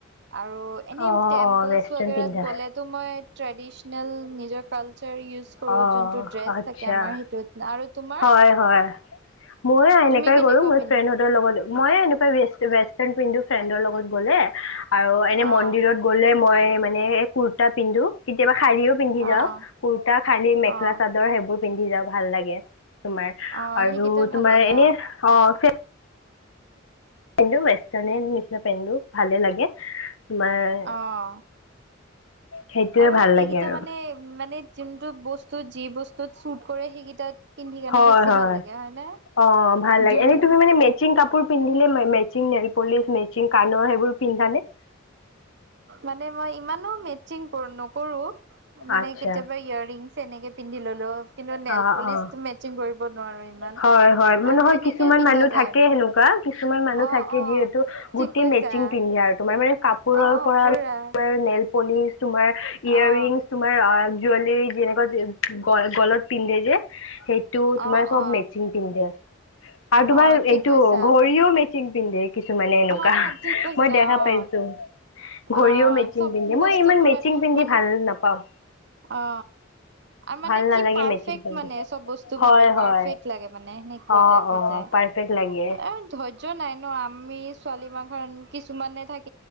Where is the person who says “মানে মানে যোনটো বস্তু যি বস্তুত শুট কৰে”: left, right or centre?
Right